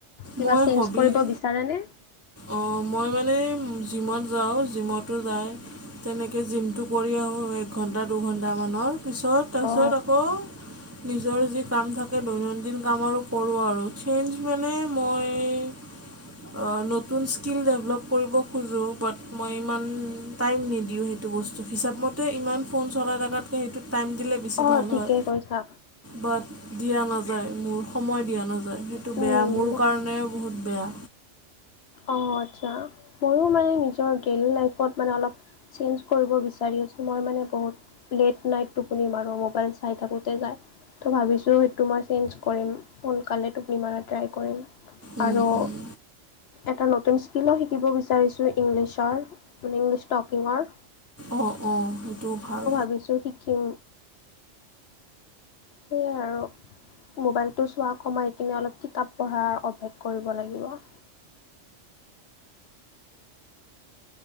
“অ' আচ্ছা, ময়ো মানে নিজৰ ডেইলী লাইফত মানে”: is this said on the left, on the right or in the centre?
Left